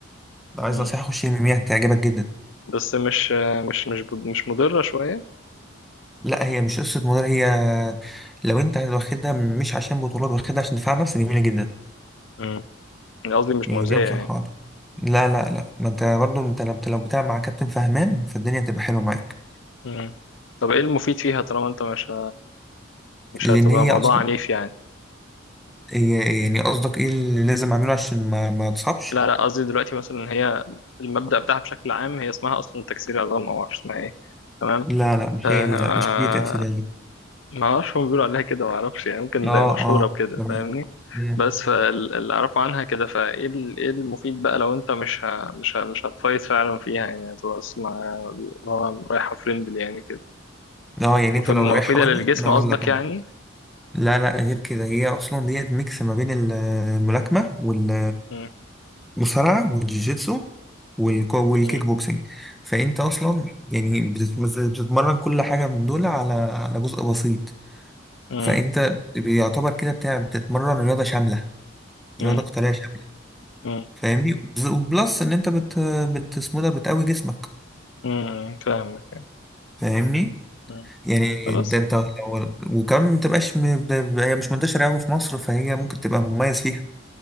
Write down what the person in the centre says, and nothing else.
لو عايز
نصيحة خش ام ام اي هتعجبك جدا
لا هي مش قصة مدرب هي لو انت واخدها مش عشان بطولات واخدها عشان دفاع نفسي جميلة جدا
يعني
دي بصراحة
لا لا لا ما انت برضه انت لو لو بتلعب مع كابتن فهمان فالدنيا تبقى حلوة معاك
لان
هي
اصلا
هي يعني قصدك ايه اللي لازم اعمله عشان ما ما تصابش
لا لا مش
هي دي لا مش دي تأثير
اه
اه
تمام
مم.
اه يعني
انت
لو رايحها ودي
انا اقول
لك انا
لا لا غير كده هي اصلا ديت ميكس ما بين ال- الملاكمه وال
والمصارعه والجيجيتسو والك- والكيك
بوكسنج فانت اصلا يعني بتت- بتتمرن كل حاجه من دول على على جزء بسيط
فانت بيعتبر كده بتاع بتتمرن رياضه شامله
رياضه قتاليه شامله
فاهمني وبلس ان انت بت بت اسمه ده بتقوي جسمك
فاهمني
يعني
انت انت لو- وكمان ما تبقاش م- ب- ب- هي مش منتشره قوي في مصر فهي ممكن تبقى مميز فيها